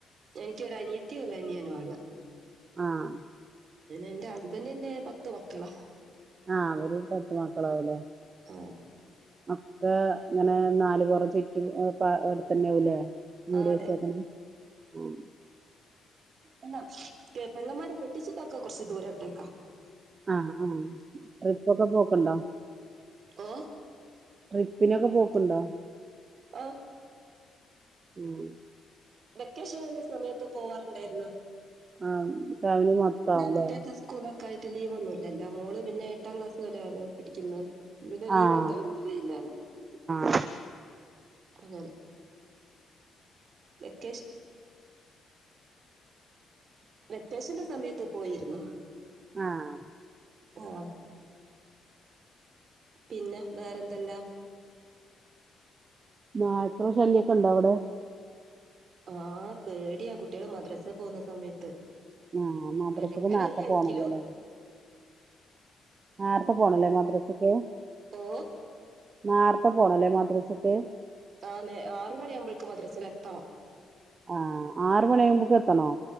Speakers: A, on the right; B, on the right.
A: എനിക്കൊരു അനിയത്തിയു അനിയനാനുള്ള
B: ആഹ
A: എന്റെ ഹസ്ബൻഡറിന്റെ പത്ത് മക്കളാ
B: ആഹ് അവര് പറത്ത് മക്കളാവല്ലേ
A: ആ
B: ഒക്കെ ഇങ്ങനെ നാല് പൊറം ചുറ്റ അട്ത്തന്നെ ആവുലെ വീട്
A: ആ അതെ
B: വെച്ചേക്ക്ണ് ആ
A: അല്ല പെങ്ങമാരെ കെട്ടിച്ചതോക്കെ കൊറച്ച് ദൂരൊട്ടേക്കാ
B: ആ ആ ട്രിപ്പൊക്കെ പോക്ക്ണ്ടോ
A: ഓ
B: ട്രിപ്പിനൊക്കെ പോക്ക്ണ്ടോ
A: ആ
B: ആഹ്
A: വെക്കേഷൻന്ന സമയത്ത് പോവാറ് ഇണ്ടായിര്ന്നു
B: ആ ഫാമിലി മൊത്താവല്ലേ
A: കുട്ടികൾക്ക് സ്കൂളൊക്കെ ആയിട്ട് ലീവ് ഒന്നു ഇല്ലല്ലോ മോള് പിന്നെ എട്ടാം ക്ലാസ് ല്ലെ പിഠിക്ക്ന്ന് പിന്നെ ലീവ
B: ആഹ്
A: ആക്കലില്ലാല്ലോ
B: ആഹ്
A: അങ്ങനെ വെക്കേഷ വെക്കേഷന്റെ സമയത്ത് പോയിര്ന്നു
B: ആഹ്
A: ആ പിന്നെ വേറെ എന്തല്ലാ
B: നായക്കളെ ശല്യൊക്കെ ഉണ്ടോ അവിടെ
A: ആ പേടിയാ കുട്ടികള് മദ്രസ പോന്ന സമയത്ത്
B: ആഹ് മദ്രസക്ക്
A: വെളുക്കനല്ല
B: നേരത്തെ
A: എങ്കിലും
B: പോണല്ലോല്ലോ നേരത്തെ പോണല്ലേ മദ്രസക്ക്
A: ഓ
B: നേരത്തെ പോണല്ലേ മദ്രസക്ക്
A: ആന്നെ ആറ് മണിയാവുമ്പോൾക്ക് മദ്രസയിൽ എത്തണം
B: ആഹ് ആറ മണി ആകുമ്പോക്ക് എത്തണോ